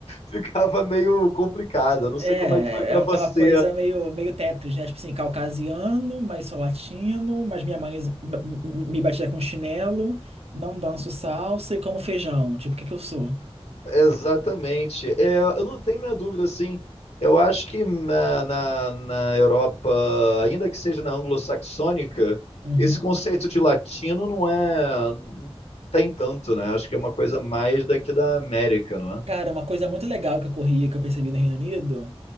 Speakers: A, on the left; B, on the right.
A: ficava meio complicada. Eu
B: É,
A: não sei como é que foi para
B: é
A: você
B: é uma coisa meio, meio Tetris, né? Tipo assim, caucasiano, mas sou latino, mas minha mãe m- m- me batia com chinelo, não danço salsa e como feijão. Tipo, o que que eu sou?
A: Exatamente. É, eu não tenho minha dúvida, assim. Eu acho que na, na, na Europa, ainda que seja na anglo-saxônica,
B: Uhum.
A: esse conceito de latino não é, não tem tanto, né? Acho que é uma coisa mais daqui da América, não é?
B: Cara, uma coisa muito legal que eu corri, que eu percebi no Reino Unido,